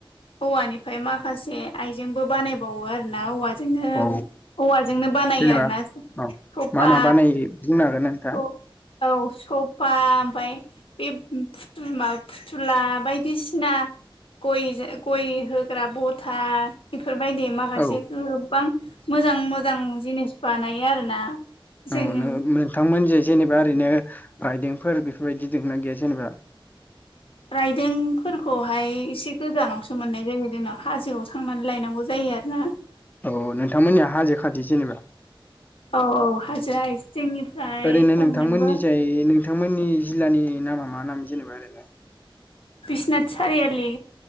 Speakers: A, on the left; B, on the left.
A: औवानिफ्राय माखासे आइजेंबो बानायबावो आरो ना औवा जोंनो
B: औ
A: औवाजोंनो बानायो
B: जेनेबा
A: आरो ना सफा
B: औ मा मा बानायो बुंनो हागोननो
A: औ औ सफा ओमफाय बे फु मा फुथुला बायदिसिना गय गय होग्रा बथा बेफोरबायदि माखासे
B: औ
A: गोबां मोजां मोजां जिनिस बानायो आरोना जोंनि
B: औ नोंथांमोन जे जेनेबा ओरैनो आइजेंफोर बेफोरबायदि दंना गैया जेनेबा
A: राइदोंफोरखौहाय एसे गोजानावसो मोननाय जायो जोंनाव हाजोआव थांनानै लायनांगौ जायो आरो ना
B: औ नोंथांमोननिया हाजो खाथि जेनेबा
A: औ औ हाजोआ जोंनिफ्राय
B: ओरैनो
A: खमैबो
B: <unintelligible> नोंथांमोननि जिल्लानि नामा मा नाम जेनेबा ओरैनो
A: बिस्नाथ सारिआलि